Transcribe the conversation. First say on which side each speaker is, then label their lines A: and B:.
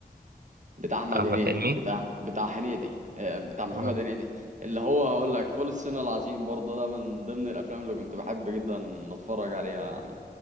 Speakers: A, on the right; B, on the right.
A: بتاع احمد
B: احمد
A: هنيدي
B: حلمي
A: بتاع بتاع هنيدي آه، بتاع محمد
B: اه
A: هنيدي اللي هو هقول لك فول الصين العظيم برضه ده من ضمن الافلام اللي كنت بحب جدا اتفرج عليها يعني